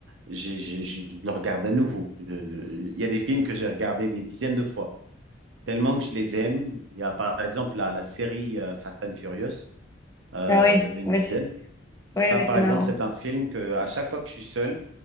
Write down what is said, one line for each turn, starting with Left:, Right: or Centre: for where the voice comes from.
Right: je, je- je- je le regarde à nouveau. Je- je- Il y a des films que j'ai regardés des dizaines de fois, tellement que je les aime. Il y a par exemple la, la série euh, Fast and Furious. euh,
Left: Ah oui,
Right: de Vin
Left: oui,
Right: Diesel.
Left: c'est-
Right: Ça,
Left: oui, oui,
Right: par
Left: c'est
Right: exemple,
Left: marrant.
Right: c'est un film que à chaque fois que je suis seul,